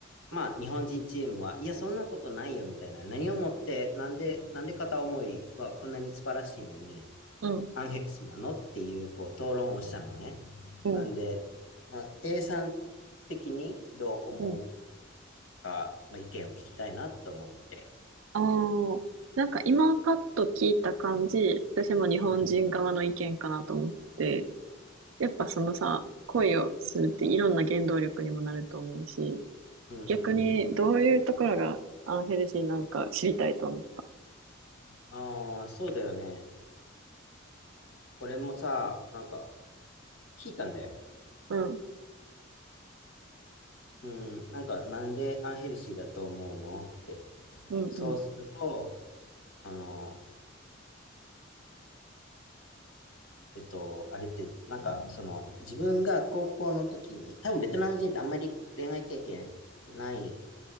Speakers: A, on the left (about 85°); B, on the right (about 75°).
A: まあ、日本人チームは、いや、そんなことないよみたいな、何をもって、なんで、なんで片思いはこんなに素晴らしいのに、
B: うん、
A: アンヘルシーなのっていう、こう、討論をしたのね。
B: うん、
A: なんで、まあ、A さん的にどう思う
B: うん。
A: か、まあ、意見を聞きたいなと思って。
B: ああ、なんか今パッと聞いた感じ、私も日本人側の意見かなと思って、
A: うん、
B: やっぱそのさ、恋をするっていろんな原動力にもなると思うし、
A: うん、
B: 逆にどういうところがアンヘルシーなんか知りたいと思った。
A: うん。ああ、そうだよね。俺もさ、なんか、聞いたんだよ。
B: うん、
A: うん、なんか、なんでアンヘルシーだと思うのって。
B: うん、
A: そうすると、
B: うん。
A: あの、えっと、あれって、なんか、その、自分が高校の時に、多分ベトナム人ってあんまり恋愛経験ない